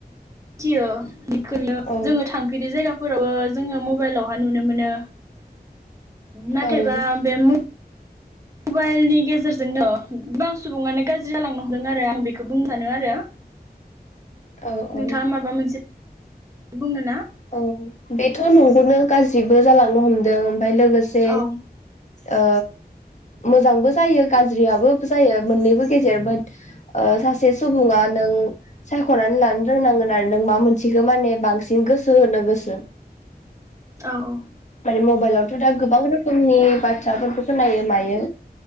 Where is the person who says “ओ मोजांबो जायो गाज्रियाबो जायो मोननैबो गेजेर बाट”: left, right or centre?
Left